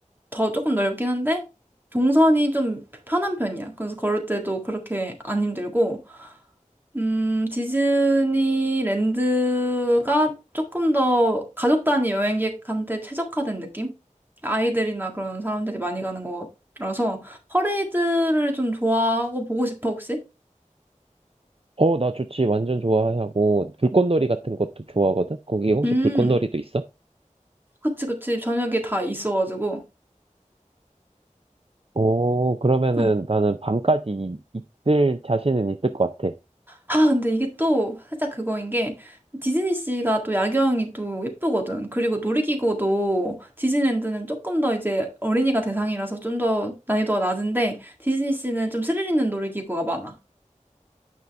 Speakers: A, on the right (about 15°); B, on the right (about 45°).
A: 더 조금 넓긴 한데, 동선이 좀 편한 편이야. 그래서 걸을 때도 그렇게 안 힘들고, 음, 디즈니랜드가 조금 더 가족 단위 여행객한테 최적화된 느낌? 아이들이나 그런 사람들이 많이 가는 거라서 퍼레이드를 좀 좋아하고 보고 싶어, 혹시?
B: 어, 나 좋지. 완전 좋아하고, 불꽃놀이 같은 것도 좋아하거든? 거기 혹시
A: 음,
B: 불꽃놀이도 있어?
A: 그치, 그치. 저녁에 다 있어가지고.
B: 어, 그러면은
A: 응.
B: 나는 밤까지 이- 있을 자신은 있을 것 같아.
A: 아, 근데 이게 또 살짝 그거인 게 디즈니씨가 또 야경이 또 예쁘거든. 그리고 놀이기구도 디즈니랜드는 조금 더 이제 어린이가 대상이라서 좀 더 난이도가 낮은데 디즈니씨는 좀 스릴 있는 놀이기구가 많아.